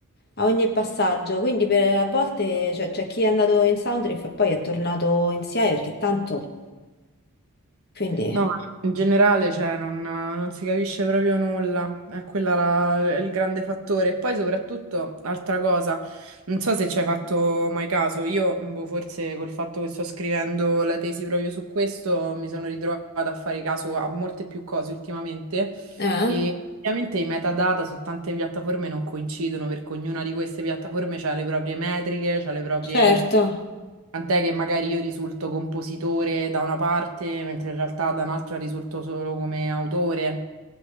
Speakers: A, on the left; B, on the right.
A: A ogni passaggio, quindi per, a volte cioè, c'è chi è andato in Soundriff e poi è tornato in SIAE perché tanto. Quindi,
B: no, ma in generale, cioè, non, non si capisce proprio nulla. È quella la- il grande fattore. E poi, soprattutto, altra cosa, non so se ci hai fatto mai caso. Io, boh, forse col fatto che sto scrivendo la tesi proprio su questo, mi sono ritrovata a fare caso a molte più cose ultimamente.
A: eh,
B: E ovviamente i metadata su tante piattaforme non coincidono perché ognuna di queste piattaforme ha le proprie metriche, ha le proprie...
A: certo.
B: Tant'è che magari io risulto compositore da una parte, mentre in realtà da un'altra risulto solo come autore,